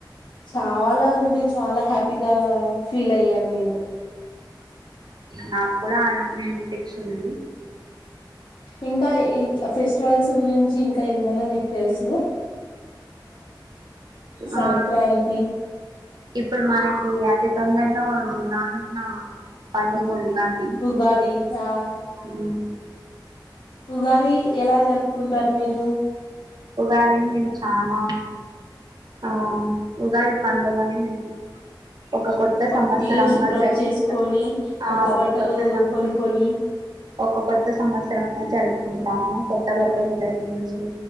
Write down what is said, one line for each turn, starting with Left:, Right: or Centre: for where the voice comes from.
Left: చాలా అంటే చాలా హ్యాపీగా ఫీల్ అయ్యాను నేను
Right: నాక్కూడా అలానే అనిపిచ్చింది
Left: ఇంకా ఇట్ల ఫెస్టివల్స్ గురించి ఇంకా ఏమనా మీకు తెలుసా సంక్రాంతి
Right: ఆ ఇప్పుడు మన ఈ అతి తొందరలో రానున్న పండుగా నాది
Left: ఉగాది ఆ
Right: ఉమ్
Left: ఉగాది ఎలా జరుపుకుంటారు మీరు
Right: ఉగాదిని మేమ్ చాలా ఆ ఉగాది పం <unintelligible> ఒక కొత్త
Left: బ
Right: సంవత్సరంగా
Left: ఇల్లు శుభ్రం
Right: జరుపుతారు
Left: చేసుకొని
Right: ఆ ఒక
Left: బట్టలు
Right: కొత్త సం
Left: కొనుక్కొని
Right: ఒక కొత్త సంవత్సరంగా జరుపుకుంటాము, కొత్త బట్టలు
Left: ఆ,
Right: ధరించి